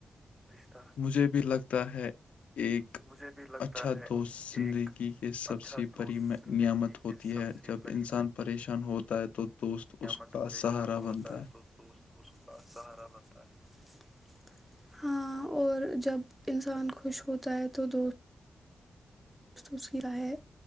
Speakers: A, in the centre; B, on the left.
A: رشتہ
B: مجھے بھی لگتا ہے <unintelligible> ایک
A: مجھے بھی لگتا
B: اچھا
A: ہے
B: دوست زندگی
A: ایک
B: کے سب
A: اچھا
B: سے
A: دوست
B: بڑی
A: زندگی
B: نعمت ہوتی
A: کے سب
B: ہے
A: سے
B: جب
A: بڑی
B: انسان پریشان ہو ہے تو <unintelligible> اس
A: نعمت
B: کا
A: پریشان
B: سہارا
A: ہوتا
B: بنتا
A: ہے تو دوست اس کا سہارا بنتا ہے <unintelligible> ہاں اور جب انسان خوش ہوتا ہے تو دوست <unintelligible> دوست کی رائے